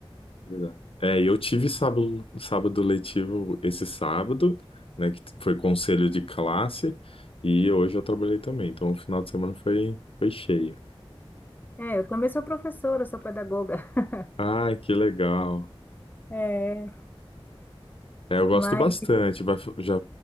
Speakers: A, on the left; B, on the left.
A: Exato. É, e eu tive sábado, sábado letivo esse sábado, né? Que foi conselho de classe. E hoje eu trabalhei também. Então o final de semana foi, foi cheio.
B: É, eu também sou professora, sou pedagoga. <laughs>
A: Ah, que legal.
B: É,
A: É, eu gosto
B: mas
A: bastante. Vai, fa- já,